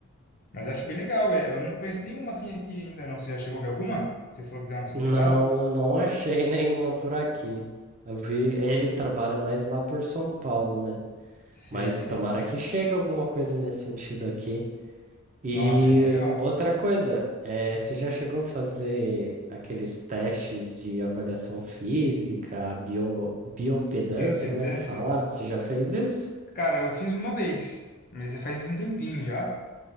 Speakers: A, on the left; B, on the right.
A: Mas acho bem legal, é, eu não conheço nenhuma assim aqui ainda não. Você já chegou a ver alguma? Você falou que deu uma pesquisada?
B: Não, não achei <laughs> nenhuma por aqui. Eu vi, ele trabalha mais lá por São Paulo, né?
A: Sei,
B: Mas
A: sei.
B: tomara que chegue alguma coisa nesse sentido aqui. E
A: Nossa, é legal.
B: outra coisa, eh, você já chegou a fazer aqueles testes de avaliação física, bio, bioimpedância,
A: Bioimpedância?
B: né, que fala? Você já fez isso?
A: Cara, eu fiz uma vez, mas faz um tempinho já.